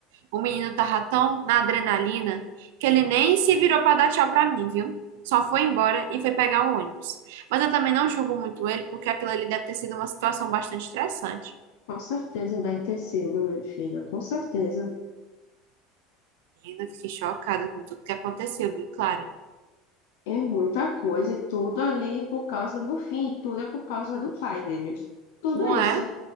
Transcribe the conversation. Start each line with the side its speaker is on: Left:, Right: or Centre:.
Right: O menino tava tão na adrenalina que ele nem se virou para dar tchau para mim, viu? Só foi embora e foi pegar o ônibus. Mas eu também não julgo muito ele, porque aquilo ali deve ter sido uma situação bastante estressante.
Left: Com certeza deve ter sido, minha filha, com certeza.
Right: E ainda fiquei chocada com tudo que aconteceu, viu, Clara?
Left: É muita coisa, e tudo ali por causa do fim, tudo é por causa do pai dele. Tudo
Right: Não
Left: isso.
Right: é?